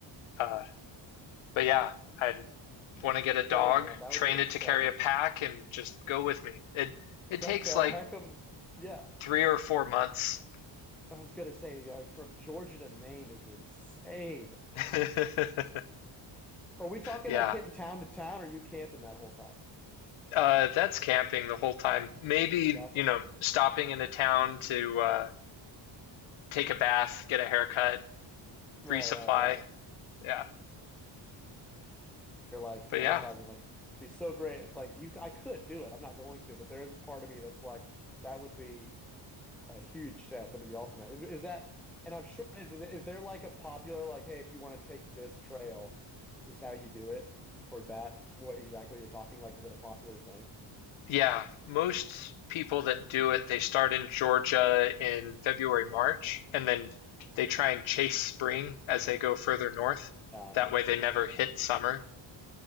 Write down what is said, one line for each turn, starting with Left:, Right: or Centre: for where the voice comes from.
Left: Uh, but yeah, I would want to get a dog,
Centre: dang man, that
Left: train
Centre: would be insane.
Left: it to carry a pack, and just go with me. It it
Centre: That's
Left: takes
Centre: a
Left: like
Centre: heck of a- yeah.
Left: three or four months.
Centre: I was gonna say yeah, like from Georgia to Maine is insane.
Left: <laughs>
Centre: Are we talking
Left: yeah,
Centre: like hitting town to town? Or are you camping that whole time?
Left: uh, that's camping the whole time. Maybe
Centre: That's
Left: you know stopping in a town to uh, take a bath, get a haircut,
Centre: right,
Left: resupply.
Centre: right, right.
Left: Yeah.
Centre: you're like
Left: But
Centre: fantasizing
Left: yeah.
Centre: like be so great. It's like you I could do it. I'm not going to, but there is a part of me that's like that would be a huge test. That'd be the ultimate. Is, is that and I'm sure it is. Is there like a popular like, hey, if you want to take this trail, this is how you do it like for that what exactly you're talking like is it a popular thing
Left: <laughs> yeah. Most people that do it, they start in Georgia in February, March, and then they try and chase spring as they go further north.
Centre: yeah
Left: That
Centre: that makes
Left: way
Centre: sense
Left: they never hit summer